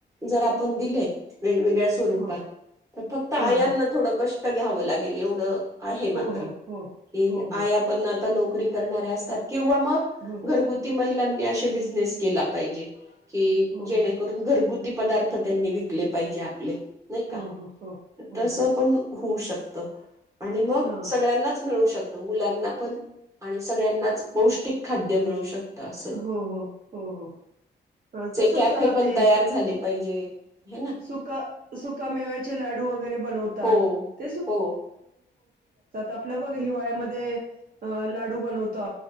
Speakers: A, on the right; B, on the right.
A: जर आपण दिले व स्वर
B: हो.
A: फक् आ
B: हं, हं.
A: घ्यावं लागेल एवढं. आहे मात्र
B: हो, हो, हो.
A: की
B: हो,
A: आ
B: हो.
A: आपण नोकरी करणार्या असतात. किंवा मग
B: हो,
A: घरगुती महि <unintelligible> <unintelligible> कि
B: हो,
A: जेणेकरून
B: हो.
A: घरगु पदार्थ त्यांनी विकले पाहिजे आपले नाही
B: हो,
A: का
B: हो, हो. हो,
A: तस
B: हो.
A: पण होऊ शकत. <unintelligible> आणि मग
B: हां.
A: सगळ्यांनाच मिळू शकतो. मुलांना पण आणि सगळ्यांनाच पौष्टिक खाद्य मिळू शकत. तरसं
B: हो हो हो हो हा तस
A: कॅफे पण
B: ते
A: तयार झाले पाहिजे. हे ना
B: सुका सुका मेवेचे लाडू वगैरे
A: हो
B: <unintelligible> त
A: हो
B: आप ब हिवाळ्या लाडू बनवतो.